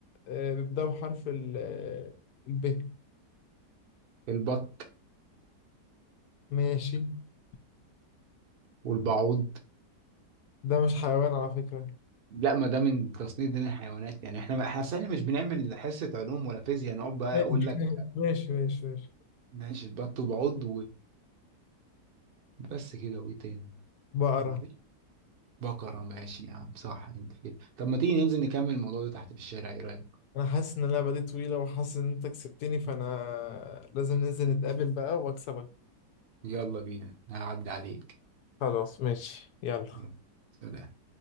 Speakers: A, on the left; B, on the right.
A: آه بيبدأوا بحرف ال آه، الب
B: البط
A: ماشي <laughs>
B: والبعوض
A: ده مش حيوان على فكرة
B: لا ما ده من تصنيف دين الحيوانات يعني احنا احنا أصل إحنا مش بنعمل حصة علوم ولا فيزياء نقعد بقى
A: ماشي
B: اقول لك
A: <laughs> ماشي ماشي ماشي.
B: ماشي البط وبعض وبس كده وايه تاني
A: بقرة
B: مفيش بقرة ماشي يا عم صح انت كده طب ما تيجي ننزل نكمل الموضوع ده تحت في الشارع ايه رأيك
A: أنا حاسس إن اللعبة دي طويلة وحاسس إن أنت كسبتني فأنا لازم ننزل نتقابل بقى وأكسبك
B: يلا بينا هعدي عليك
A: خلاص ماشي يلا
B: يلا. سلام